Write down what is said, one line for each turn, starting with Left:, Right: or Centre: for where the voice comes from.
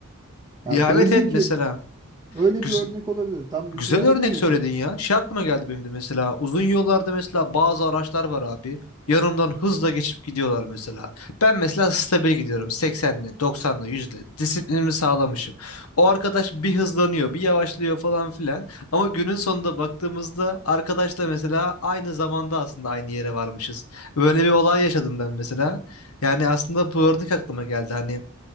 Right: Ya
Left: Ya
Right: benzin
Left: evet evet mesela
Right: ki öyle
Left: güz-
Right: bir örnek olabilir. Tam düşünemedim
Left: Güzel örnek
Right: de
Left: söyledin
Right: şimdi.
Left: ya. Şey aklıma geldi benim de mesela. Uzun yollarda mesela bazı araçlar var abi. Yanımdan hızla geçip gidiyorlar mesela. Ben mesela stabil gidiyorum. 80'le, 90'la, 100'le. Disiplinimi sağlamışım. O arkadaş bir hızlanıyor, bir yavaşlıyor falan filan. Ama günün sonunda baktığımızda arkadaşla mesela aynı zamanda aslında aynı yere varmışız. Böyle bir olay yaşadım ben mesela. Yani aslında bu örnek aklıma geldi. Hani